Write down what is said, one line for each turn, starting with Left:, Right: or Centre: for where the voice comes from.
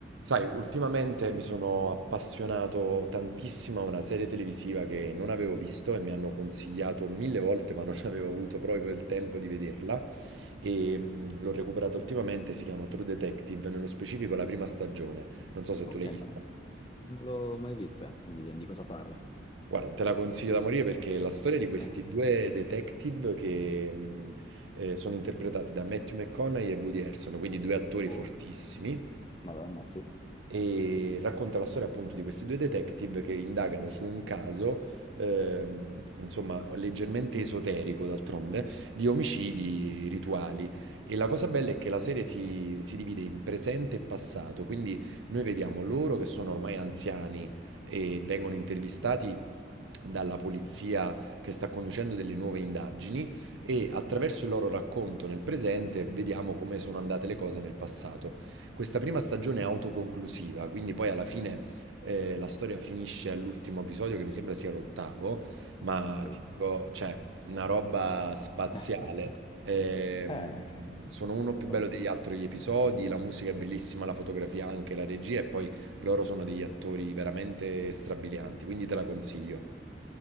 Right: Sai, ultimamente mi sono appassionato tantissimo a una serie televisiva che non avevo visto e mi hanno consigliato mille volte, ma non <laughs> avevo avuto proprio il tempo di vederla. E mh, l'ho recuperata ultimamente, si chiama True Detective, nello specifico la prima stagione. Non so se
Left: Ok,
Right: tu l'hai vista.
Left: no, non l'ho mai vista, Nvidia, di cosa parla?
Right: Guarda, te la consiglio da morire perché è la storia di questi
Left: <laughs>
Right: due
Left: Eh,
Right: detective che mh, eh, sono interpretati da Matthew McConaughey e Woody Harrelson, quindi due attori
Left: Oh,
Right: fortissimi,
Left: Madonna, sì,
Right: e racconta la storia appunto di questi due detective che indagano su un caso, ehm, insomma, leggermente esoterico d'altronde, di omicidi rituali. E la cosa bella è che la serie si, si divide in presente e passato, quindi noi vediamo loro che sono ormai anziani e vengono intervistati dalla polizia che sta conducendo delle nuove indagini e attraverso il loro racconto nel presente vediamo come sono andate le cose nel passato. Questa prima stagione è autoconclusiva, quindi poi alla fine eh, la storia finisce all'ultimo episodio che mi sembra sia l'ottavo, ma
Left: ok.
Right: ti dico, cioè, una roba spaziale.
Left: <laughs>
Right: Ehm,
Left: Eh,
Right: sono uno più bello
Left: oh, no.
Right: degli altri gli episodi, la musica è bellissima, la fotografia anche, la regia e poi loro sono degli attori veramente strabilianti, quindi te la consiglio.